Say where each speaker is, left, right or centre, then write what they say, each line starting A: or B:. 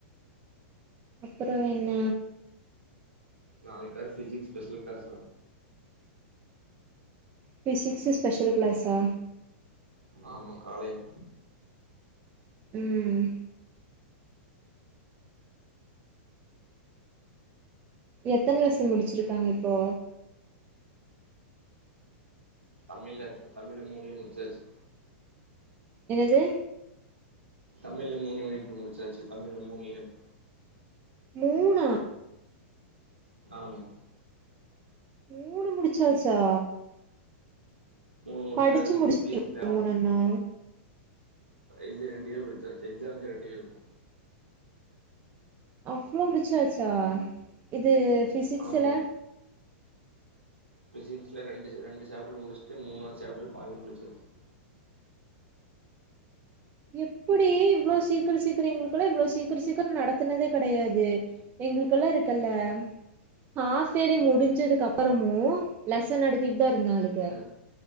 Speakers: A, on the right (about 25°); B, on the right (about 80°).
A: அப்பறம் என்ன
B: நாளைக்கு வேற physics special class
A: physics special கிளஸா
B: ஆமா காலேல
A: ம் எத்தன லெசன் முடிச்சிருகாங்க இப்போ
B: தமிழ்ல எத்தன தமிழ்ல மூணே முடிச்சாச்சு
A: என்னது
B: தமிழ்ல மூணு யூனிட் முடுச்சாச்சு தமிழ்ல மூணு யூனிட்
A: மூணா
B: ஆமா
A: மூணு முடிச்சாச்சா
B: மூணு முடுச்சச்சு
A: படிச்சு முடிச்சு
B: இங்கிலீஷ்ல
A: மூணுன்னா
B: இது ரெண்டு எல் படிச்சாச்சு எக்ஸாம்க்கு ரெண்டு எல் தா
A: அவ்ளோ முடிச்சாச்சா இது ஃபிசிக்ஸ்ல
B: ஆமா ஃபிசிக்ஸ்ல ரெண்டு ரெண்டு சேப்டர் முடிஸ்டு மூணாது சேப்டர் பாதி முடிச்சாச்சு
A: எப்புடி இவ்ளோ சீக்கர சீக்கரம் எங்குளுகலா இவ்ள சீக்கர சீக்கரம் நடத்துனதே கடையாதே எங்களுகல்லா இருக்கல்ல ஹாப்பேலி முடிஞ்சதுக்கு அப்பறமு லெசன் நடதிட்டு தா இருந்தாளுக
B: ஆ